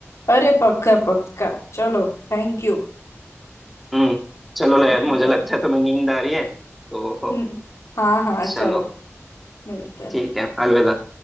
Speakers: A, on the left (about 85°); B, in the centre.
A: अरे पक्का पक्का चलो थैंक यू
B: हम्म चलो यार
A: मिलते
B: मुझे
A: हैं
B: लगता है तुम्हें नींद आ रही है तो
A: हम्म, हाँ हाँ
B: चलो
A: चलो मिलते हैं
B: ठीक है अलविदा